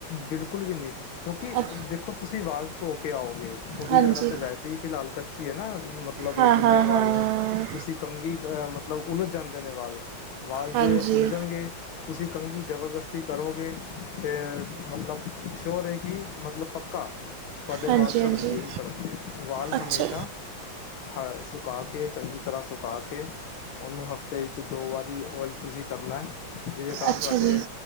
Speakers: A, on the left (about 85°); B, on the right (about 80°).
A: ਬਿਲਕੁਲ ਵੀ ਨਹੀਂ ਕਿਉਂਕਿ
B: ਅੱ
A: ਦੇਖੋ ਤੁਸੀਂ ਵਾਲ ਧੋ ਕੇ ਆਓਗੇ। ਉਹਦੀ
B: ਹਾਂਜੀ
A: ਜੜਾ ਤੇ ਵੈਸੇ ਫਿਲਹਾਲ ਕੱਚੀ ਹੈ ਨਾ ਮਤਲਬ
B: ਹਾਂ
A: ਗਿੱਲੇ
B: ਹਾਂ ਹਾਂ
A: ਵਾਲ ਨੇ ਤੁਸੀਂ। ਕੰਘੀ ਅ ਮਤਲਬ ਉਲਝ ਜਾਂਦੇ ਨੇ ਵਾਲ ਵਾਲ
B: ਹਾਂਜੀ
A: ਜੇ ਉਲਝਣਗੇ। ਤੁਸੀਂ ਕੰਘੀ ਜਬਰਦਸਤੀ ਕਰੋਗੇ ਤੇ ਮਤਲਬ। ਸ਼ੋਅਰ ਹੈ ਕਿ ਮਤਲਬ ਪੱਕਾ। ਤੁਹਾਡੇ
B: ਹਾਂਜੀ
A: ਵਾਲ
B: ਹਾਂਜੀ
A: ਝੜ੍ਹਨਗੇ ਹੀ ਝੜ੍ਹਨਗੇ ਵਾਲ
B: ਅੱਛਾ
A: ਹਮੇਸ਼ਾ। ਹਾਂ ਸੁਕਾ ਕੇ ਚੰਗੀ ਤਰ੍ਹਾਂ ਸੁਕਾ ਕੇ। ਉਹਨੂੰ ਹਫ਼ਤੇ ਵਿੱਚ ਦੋ ਵਾਰੀ ਓਇਲ ਤੁਸੀਂ ਕਰਨੈ। ਜਿਦੇ ਕਾਰਨ
B: ਅੱਛਾ
A: ਤੁਹਾਡੇ
B: ਜੀ